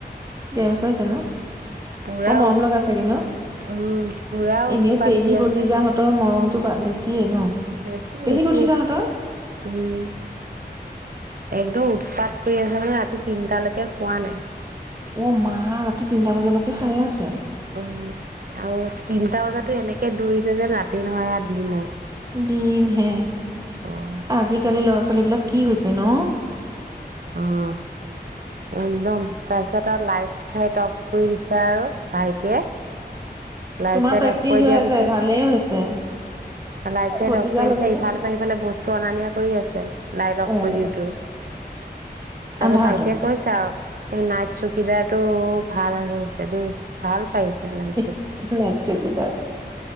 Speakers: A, on the right; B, on the right.
A: ডেৰবছৰ হৈছে ন
B: পুৰা
A: বৰ মৰম লগা চাগে ন
B: উম পুৰা উৎপাত
A: এনেও পেহী
B: দি আছে
A: ভতিজাহঁতৰ মৰম অ বা বেছিয়ে ন
B: বেছি বেছি
A: পেহী ভতিজাহঁতৰ
B: উম একদম উৎপাত কৰি আহে মানে ৰাতি তিনটালৈকে শুৱা নাই।
A: অ মা তিনটা বজালৈকে সাৰে আছে
B: উম আৰু তিনটা বজাতো এনেকে- কে দৌৰিছে যে ৰাাতি নহয় আৰু দিনে
A: দিন হে
B: অ
A: আজিকালি ল'ৰা ছোৱাল- -ৱলী বিলাক কি হৈছে ন-
B: অহ একদম তাৰপাছত আৰু লাইট চাইত অফ কৰি দিছে আৰু ভাইটিয়ে লাইট
A: তোমাৰ
B: চাইট
A: প্ৰেক্টিচ
B: অফ কৰি
A: হৈ
B: দিয়াৰ
A: আছে
B: পিছত,
A: ভালেই হৈছে
B: লাইট চাইট
A: ভতিজা
B: অফ কৰি
A: লগতে
B: দিছে। ইফালৰ পৰা সিফালে বস্তু অনা নিয়া কৰি আছে, লাইট অফ
A: অ
B: কৰি দিওঁতেও, তাৰপিছত
A: আন্ধাৰতে
B: ভাইটিয়ে কৈছে আৰু- নাইট চকিদাৰটো ভাল আছে দেই। ভাল পাইছে নাই-
A: নিৰ্লজ্জ কেইটা